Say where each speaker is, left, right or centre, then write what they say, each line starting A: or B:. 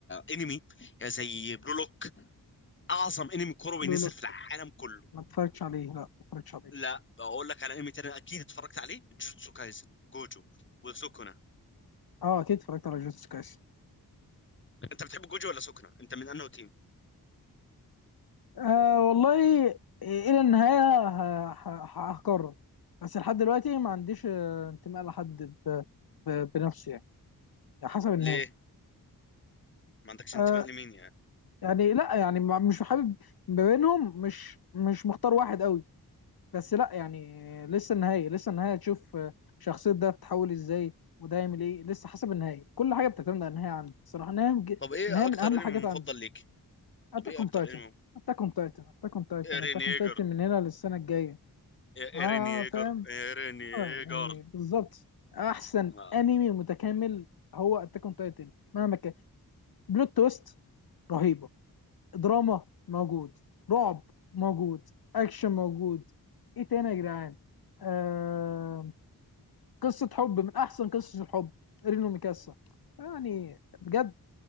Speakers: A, on the left (about 30°); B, on the left (about 70°).
A: انمي آه، زي بلو لوك اعظم انمي كروي
B: لولو
A: نزل في العالم كله
B: ما اتفرجتش عليه لا ما اتفرجتش عليه
A: لا اقول لك على انمي تاني اكيد اتفرجت عليه جوجوتسو كايزن جوجو وسوكونا
B: اه اكيد اتفرجت على جوتس كايس
A: انت بتحب جوجو ولا سوكونا انت من انه تيم
B: آه والله إيه، الى النهايه ه- ه- ه- هقرر بس لحد دلوقتي ما عنديش آه، انتماء لحد ب... ب... بنفسه يعني يعني حسب النهايه
A: ليه ما عندكش
B: آه،
A: انتماء لمين يعني
B: يعني لا يعني ما- مش حابب ما بينهم مش مش مختار واحد قوي بس لا يعني لسه النهاية لسه النهاية تشوف شخصية ده تتحول ازاي وده يعمل ايه لسه حسب النهاية كل حاجة بتعتمد على النهاية عندي صراحة النهاية مج-
A: طب ايه
B: النهاية
A: اكتر
B: من أهم
A: انمي
B: حاجات
A: مفضل
B: عندي
A: ليك
B: أتاك
A: طب ايه
B: أون
A: اكتر
B: تايتن
A: انمي
B: أتاك أون تايتن أتاك أون تايتن
A: ايرين
B: أتاك
A: ييجر
B: أون تايتن من هنا للسنة الجاية اه
A: ايرين ييجر
B: فاهم
A: ايرين ييجر
B: اه يعني بالظبط أحسن
A: آه.
B: أنمي متكامل هو أتاك أون تايتن مهما كان بلوت تويست رهيبة دراما موجود رعب موجود اكشن موجود ايه تاني يا جدعان آه... قصة حب من احسن قصص الحب رينو ميكاسا يعني بجد